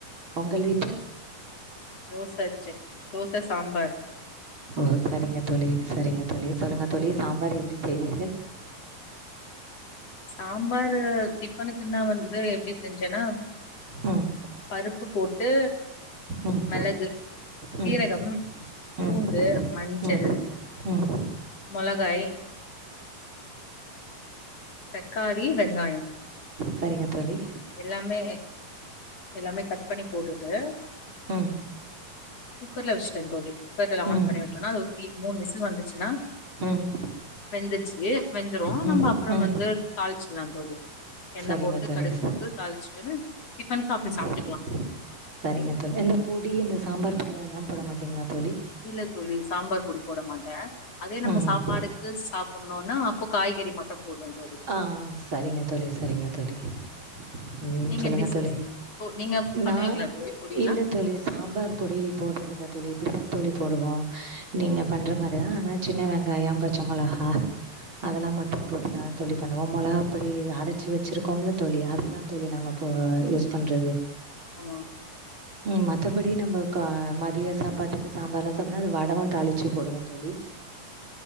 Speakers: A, on the right (about 35°); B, on the left (about 45°).
A: உங்கள் வீட்டில்
B: தோச சட் தோச சாம்பார்
A: ஓ செரிங்க தோழி செரிங்க தோழி சொல்லுங்க தோழி சாம்பார் எப்டி செய்வீர்கள்
B: சாம்பாரு டிஃபனுக்குன்னா வந்து எப்டி செஞ்சேன்னா
A: ம்
B: பருப்பு போட்டு
A: ம்,
B: மெளகு சீரகம்
A: ம், ம்,
B: பூண்டு மஞ்சள்
A: ம், ம், ம்.
B: மொளகாய் தக்காளி வெங்காயம்
A: சரிங்க தோழி
B: எல்லாமே எல்லாமே கட் பண்ணி போட்டுட்டு
A: ம்
B: குக்கர்ல வச்சுட்ட தோழி குக்கர்ல ஆன்
A: ம்,
B: பண்ணி விட்டோனா அது மூணு விசில் வந்துச்சுனா
A: ம்,
B: வெந்துச்சு வெந்துரு
A: ம்,
B: நம்ம அப்புறோ
A: ம்.
B: வந்து தாளிச்சிடலாம் தோழி எண்ணெய்
A: சரிங்க
B: போட்டு
A: தோழி.
B: கடுகு போட்டு தாளிச்சிட்டுனு டிஃபனுக்கு அப்டே
A: ம்.
B: சாப்ட்டுக்கலாம்
A: சரிங்க தோழி இந்த பொடி இந்த சாம்பார் பொடி அதெல்லாம் போட மாட்டிங்களா தோழி
B: இல்ல தோழி சாம்பார் பொடி போட மாட்டேன் அதே நம்ம
A: ம்.
B: சாப்பாடுக் லெஸ் சாப்பட்ணும்னா அப்போ காய்கறி மட்டும் போடுவேன் தோழி
A: ஆ சரிங்க தோழி சரிங்க தோழி ம்
B: நீங்க
A: சொல்லுங்க
B: எப்டி சிஸ்
A: தோழி
B: தோ நீங்க பண்ணுவீங்களா
A: நான்
B: தோழி பொடிலா
A: இல்ல தோழி சாம்பார் பொடி போடுறதில்லை தோழி இப்டி தான் தோழி போடுவோம் நீங்க பண்ற மாரி தான் ஆனா சின்ன வெங்காயம் பச்சை மிளாக அதெல்லாம் மட்டும் போட்டுதான் தோழி பண்ணுவோம் மொளகாப் பொடி அரைச்சு வச்சுருக்கோம்ள தோழி அத தான் தோழி நாங்க இப்ப யூஸ் பண்றது
B: ஆ
A: ம் மத்தபடி நம்ம கா மதியம் சாப்பாட்டுக்கு சாம்பார்லாம் சாப்பிடா அது வடவும் தாளித்து போடுவோம் தோழி